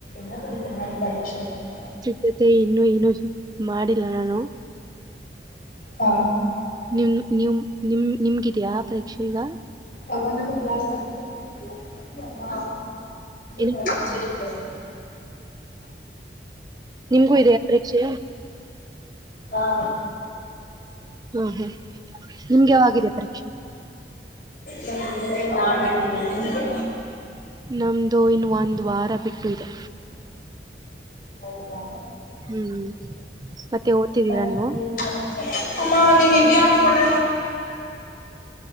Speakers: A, on the left; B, on the right.
A: ನೋಡ ಈಗನ ಪರೀಕ್ಷೆ ಇದ
B: ಜೊತೆ ಇನ್ನು ಏನು ಸ ಮಾಡಿಲ್ಲ ನಾನು
A: ಹಾ
B: ನಿಮ್ ನೀವು ನಿಮ ನಿಮ್ಗಿದ್ಯಾ ಪರೀಕ್ಷೆ ಈಗ
A: ತಗ ನಾನು ಬ್ಲಾಸ್ತ ನಂದು
B: ಏನದು?
A: ಕತ
B: ನಿಮ್ಗೂ ಇದೆಯಾ ಪರೇಕ್ಷೆ
A: ಹಾ
B: ಹ್ಮ್ ಹ್ಮ್ ನಿಮ್ಗೆ ಯಾವಾಗಿದೆ ಪರೀಕ್ಷೆ
A: ನಮಗೆನೆಲ್ಲ ಆಡದ್ದೇನೆ ನಿಮಗೆ
B: ನಮ್ದು ಇನ್ನು ಒಂದು ವಾರ ಬಿಟ್ಟು ಇದೆ
A: ಹೌದಾ
B: ಹ್ಮ್ ಮತ್ತೆ ಓದ್ತಿದ್ದೀರಾ
A: ಮತ್ತೆ
B: ನೀವು
A: ಏನ್ ಸಮಸ ಅಮ್ಮ ನೀ ನಿಜ ಅನ್ಕೊಳ್ಳ